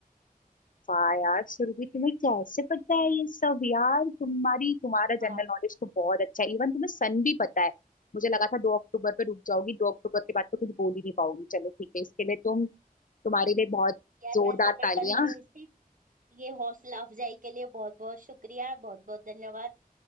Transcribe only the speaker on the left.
वाह यार सुरभि तुम्हें कैसे पता है ये सब यार तुम्हारी तुम्हारा
जनरल नॉलेज तो बहुत अच्छा है इवन तुम्हें सन भी पता है मुझे लगा था दो अक्टूबर पे रुक जाओगी दो अक्टूबर के बाद तो कुछ बोल ही नहीं पाऊंगी चलो ठीक है इसके लिए तुम तुम्हारे लिए बहुत
जोरदार
तालियां